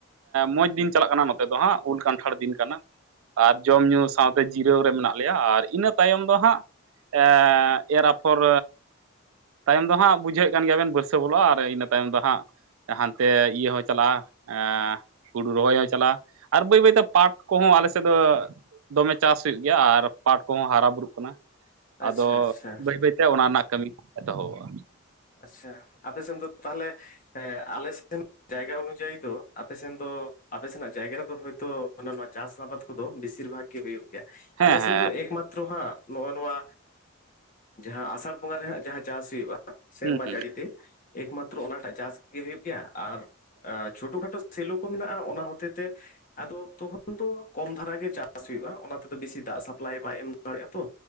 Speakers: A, on the right; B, on the left.
A: ᱢᱚᱸᱡᱽ ᱫᱤᱱ ᱪᱟᱞᱟᱜ ᱠᱟᱱᱟ, ᱱᱚᱛᱮ ᱫᱚ ᱦᱟᱸᱜ ᱩᱞ ᱠᱟᱱᱴᱷᱟᱲ ᱫᱤᱱ ᱠᱟᱱᱟ᱾ ᱟᱨ ᱡᱚᱢ ᱧᱩᱩ ᱥᱟᱶᱛᱮ ᱡᱤᱨᱟᱹᱣ ᱨᱮ ᱢᱮᱱᱟᱜ ᱞᱮᱭᱟ ᱟᱨ ᱤᱱᱟᱹ ᱛᱟᱭᱚᱢ ᱫᱚ ᱦᱟᱸᱜ᱾ ᱮ ᱮᱨ ᱟᱯᱷᱚᱨ ᱛᱟᱭᱚᱢ ᱫᱚ ᱦᱟᱸᱜ ᱵᱩᱡᱷᱟᱹᱜ ᱠᱟᱱ ᱜᱮᱭᱟ ᱵᱮᱱ ᱵᱟᱹᱨᱥᱟᱹ ᱵᱚᱞᱚᱜᱼᱟ ᱟᱨ ᱤᱱᱟᱹ ᱛᱟᱭᱚᱢ ᱫᱚ ᱦᱟᱸᱜ ᱦᱟᱱᱛᱮ ᱤᱭᱟᱹ ᱦᱚᱸ ᱪᱟᱞᱟᱜᱼᱟ᱾ᱦᱩᱲᱩ ᱨᱚᱦᱚᱭ ᱦᱚᱸ ᱪᱟᱞᱟᱜᱼᱟ ᱟᱨ ᱵᱟᱹᱭ ᱵᱟᱹᱭᱛᱮ ᱯᱟᱴ! ᱠᱚᱦᱚᱸ ᱟᱞᱮᱥᱮᱫ ᱫᱚ ᱫᱚᱢᱮ ᱪᱟᱥ ᱦᱩᱭᱩᱜ ᱜᱮᱭᱟ ᱟᱨ ᱯᱟᱴ ᱠᱚᱦᱚᱸ ᱦᱟᱨᱟ ᱵᱩᱨᱩᱜ ᱠᱟᱱᱟ᱾
B: ᱟᱪᱪᱷᱟ
A: ᱟᱫᱚ
B: ᱟᱪᱪᱷᱟ
A: ᱵᱟᱹᱭ ᱵᱟᱹᱭᱛᱮ ᱚᱱᱟ ᱨᱮᱱᱟᱜ ᱠᱟᱹᱢᱤ ᱮᱛᱚᱦᱚᱼᱟ᱾
B: ᱟᱪᱪᱷᱟ ᱟᱯᱮᱥᱮᱱ ᱫᱚ ᱛᱟᱦᱚᱞᱮ ᱟᱞᱮ ᱥᱮᱱ! ᱡᱟᱭᱜᱟ ᱚᱱᱩᱡᱟᱭᱤ ᱫᱚ ᱟᱯᱮᱥᱮᱱ ᱫᱚ ᱟᱯᱮ ᱥᱮᱱᱟᱜ ᱡᱟᱭᱜᱟ ᱨᱮᱫᱚ ᱦᱭᱛᱳ ᱢᱮ ᱱᱚᱣᱟ ᱪᱟᱥ ᱟᱵᱟᱫ, ᱠᱚᱫᱚ ᱵᱮᱥᱤᱨ ᱵᱷᱟᱜᱽ ᱜᱮ ᱦᱩᱭᱩᱜ ᱜᱮᱭᱟ
A: ᱦᱮᱸ
B: ᱟᱞᱮ ᱥᱮᱱ
A: ᱦᱮᱸ
B: ᱫᱚ ᱮᱠᱢᱟᱛᱨᱚ ᱦᱟᱸᱜ, ᱱᱚᱜᱼᱚ ᱱᱚᱣᱟ ᱡᱟᱦᱟᱸ ᱟᱥᱟᱲ ᱵᱚᱸᱜᱟ ᱨᱮᱦᱟᱸᱜ ᱡᱟᱦᱟᱸ ᱪᱟᱥ ᱦᱩᱭᱩᱜᱼᱟ᱾ ᱥᱮᱨᱢᱟ
A: ᱦᱩᱸ ᱦᱩᱸ
B: ᱡᱟᱹᱲᱤᱛᱮ ᱮᱠᱢᱟᱛᱨᱚ ᱚᱱᱟᱴᱟᱜ ᱪᱟᱥᱜ ᱦᱩᱭᱩᱜ ᱜᱮᱭᱟ ᱟᱨ, ᱪᱷᱳᱴᱳ ᱠᱷᱟᱴᱳ ᱥᱮᱞᱚ ᱠᱚ ᱢᱮᱱᱟᱜᱼᱟ ᱚᱱᱟ ᱦᱚᱛᱮ ᱛᱮ ᱟᱫᱚ ᱛᱚᱠᱷᱚᱱ ᱫᱚ ᱠᱚᱢ ᱫᱷᱟᱨᱟ ᱜᱮ ᱪᱟᱥ ᱦᱩᱭᱩᱜᱼᱟ ᱚᱱᱟ ᱛᱮᱫᱚ ᱵᱮᱥᱤ ᱫᱟᱜ ᱥᱟᱯᱞᱟᱭ ᱵᱟᱭ ᱮᱢ ᱫᱟᱲᱮᱭᱟᱜᱼᱟ ᱛᱚ᱾